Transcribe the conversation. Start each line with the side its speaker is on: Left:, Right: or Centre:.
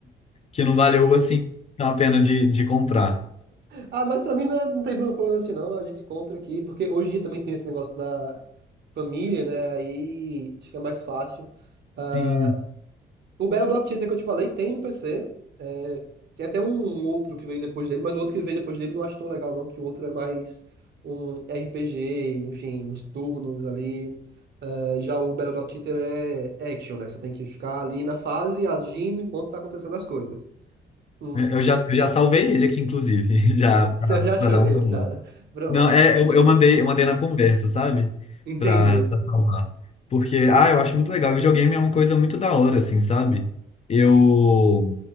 Left: que não valeu, assim, a pena de, de comprar.
Right: Ah, mas pra mim não, é- não tem problema assim, não. A gente compra aqui, porque hoje em dia também tem esse negócio da família, né? Aí fica mais fácil. Ah,
Left: Sim,
Right: O Battle Block Theater que eu te falei tem no PC. é, tem até um outro que veio depois dele, mas o outro que veio depois dele eu não acho tão legal, não, que o outro é mais um RPG, enfim, de turnos ali. É, já o Battle Block Theater é action, né? Você tem que ficar ali na fase agindo enquanto tá acontecendo as coisas. Hum,
Left: eu
Right: <laughs>
Left: já, eu já salvei ele aqui, inclusive, <laughs> já pra,
Right: Você já achou
Left: pra dar
Right: ele
Left: um.
Right: já, né? Pronto.
Left: Não, é, eu, eu mandei, eu mandei na conversa, sabe?
Right: Entendi.
Left: Pra, pra salvar. Porque, ah, eu acho muito legal. Videogame é uma coisa muito da hora, assim, sabe? Eu.